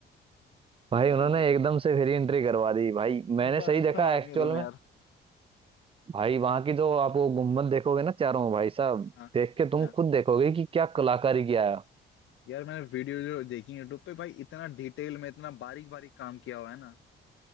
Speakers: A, on the left; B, on the right.
A: तो
B: भाई उन्होंने
A: भाई
B: एकदम से फ्री एंट्री करवा दी भाई मैंने
A: छुपा
B: सही
A: रुस्तम
B: देखा
A: आदमी
B: एक्चुअल
A: हो तुम यार
B: में भाई वहां की तो आप वो गुम्बद देखोगे ना चारों भाई साहब
A: हाँ
B: देख के तुम
A: हाँ
B: खुद देखोगे कि क्या कलाकारी किया है
A: यार मैंने वीडियो जो देखी यूट्यूब पे भाई इतना डिटेल में इतना बारीक बारीक काम किया हुआ है ना